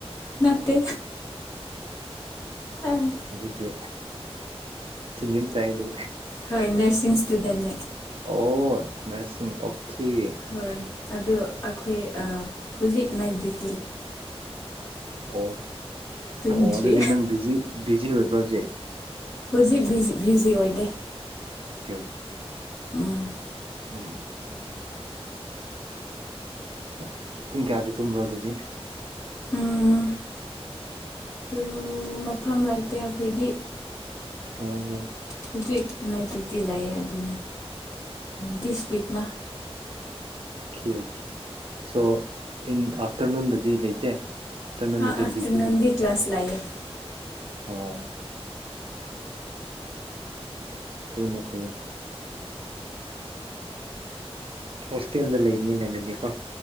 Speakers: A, on the left; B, on the right.
A: ꯅꯠꯇꯦ ꯑꯥ
B: ꯑꯗꯨꯗꯤ ꯖꯦꯅꯤꯝꯁ ꯇ ꯍꯥꯏꯗꯤ
A: ꯍꯣꯏ ꯅꯔꯁꯤꯡ ꯑꯗꯨꯗꯅꯦ
B: ꯑꯣ ꯅꯔꯁꯤꯡ ꯑꯣꯈꯦ ꯑꯣ
A: ꯍꯣꯏ ꯑꯗꯨ ꯑꯩꯈꯣꯏ ꯑꯥ ꯍꯧꯖꯤꯛ ꯅꯥꯢꯠ ꯗꯤꯌꯨ
B: ꯑꯣ
A: ꯇꯨꯝꯗ꯭ꯔꯤ
B: ꯑꯣ ꯑꯗꯨꯗꯤ ꯅꯪ ꯕꯤꯖꯤ ꯕꯤꯖꯤ ꯑꯣꯏꯕ꯭ꯔꯥ ꯍꯧꯖꯤꯛ
A: ꯍꯧꯖꯤꯛ ꯕꯤꯖꯤ ꯕꯤꯖꯤ ꯑꯣꯏꯗꯦ
B: ꯑꯣꯀꯦ ꯑꯣꯀꯦ
A: ꯎꯝ
B: ꯎꯝ ꯑꯣ ꯄꯨꯡ ꯀꯌꯥꯗ ꯇꯨꯝꯕ꯭ꯔꯥ ꯑꯗꯨꯗꯤ
A: ꯎꯝ ꯄꯨꯡ ꯃꯐꯝ ꯂꯩꯇꯦ ꯑꯩꯈꯣꯏꯗꯤ
B: ꯑꯣ
A: ꯍꯧꯖꯤꯛ ꯅꯥꯢꯠ ꯗꯨꯌꯨꯇꯤ ꯂꯩꯌꯦ ꯑꯗꯨꯅꯦ ꯗꯤꯁ ꯋꯤꯛ ꯅꯥ
B: ꯑꯣꯀꯦ ꯑꯣꯀꯦ ꯁꯣ ꯏꯟ ꯑꯥꯐꯇꯔꯅꯨꯟꯗꯗꯤ ꯂꯩꯇꯦ ꯑꯥꯐꯇꯔꯅꯨꯟꯗꯗꯤ
A: ꯍꯥꯥ ꯑꯥꯐꯇꯔꯅꯨꯟꯗꯤ
B: ꯗ꯭ꯌꯨꯇꯤ ꯂꯩꯇꯦ
A: ꯀ꯭ꯂꯥꯁ ꯂꯩꯌꯦ
B: ꯑꯣ ꯐꯩꯅꯦ ꯐꯩꯅꯦ ꯍꯣꯁꯇꯦꯜꯗ ꯂꯩꯕꯅꯤꯅꯦ ꯅꯪꯗꯤ ꯀꯣ